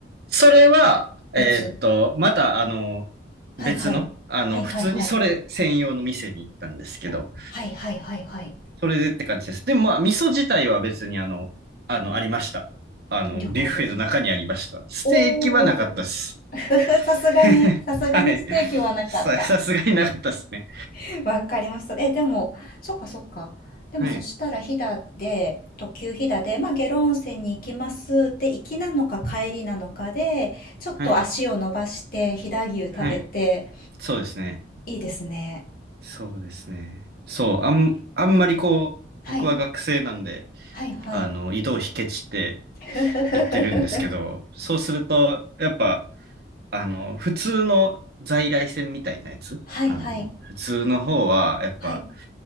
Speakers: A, on the right; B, on the left.
A: それは、えーっと、
B: 別。
A: またあの、
B: はいはい。
A: 別の、あの、
B: はいはいはい。
A: 普通にそれ専用の店に行ったんですけど、
B: はいはいはいはい。
A: それでって感じです。でもまあ、味噌自体は別にあの、あの、ありました。あの、
B: 了解です。
A: ビュッフェの中にありました。ステーキはなかったです。
B: おお、<laughs> さすがに、
A: <laughs>
B: さすがにステーキはなかった。
A: はい。さ、さすがになかったですね。
B: <laughs> わかりました。え、でも、そっかそっか。でもそしたら飛騨で、
A: はい。
B: 特急飛騨で、まあ、下呂温泉に行きますで行きなのか帰りなのかで、ちょっと足を伸ばして飛騨牛食べて、
A: はい。はい。そうですね。
B: いいですね。
A: そうですね。そう、あん、あんまりこう、
B: はい、
A: 僕は学生なんで、
B: はい、はい。
A: あの、移動費ケチって
B: <laughs>
A: 言ってるんですけど、そうすると、やっぱ、あの、普通の在来線みたいなやつ、
B: はい、
A: あの、
B: はい、
A: 普通の方は、やっぱ、
B: はい、